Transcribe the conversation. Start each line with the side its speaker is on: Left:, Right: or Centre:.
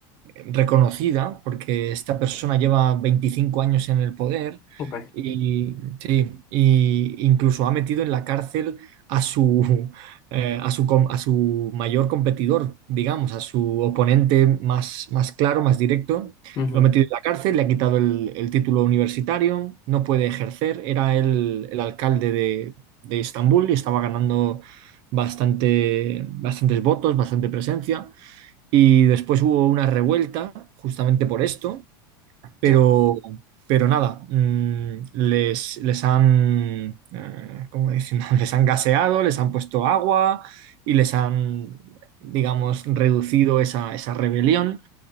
Right: reconocida, porque esta persona lleva 25 años en el poder
Left: Jope.
Right: y, sí, y incluso ha metido en la cárcel a su, <laughs> eh, a su, com- a su mayor competidor, digamos, a su oponente más, más claro, más directo.
Left: Ujú,
Right: Lo ha metido en la cárcel, le ha quitado el, el título universitario, no puede ejercer. Era el, el alcalde de, de Estambul y estaba ganando bastante, bastantes votos, bastante presencia. Y después hubo una revuelta justamente por esto, pero,
Left: Ya,
Right: pero nada, mm, les, les han, eh, ¿cómo decir? <laughs> Les han gaseado, les han puesto agua y les han, digamos, reducido esa, esa rebelión.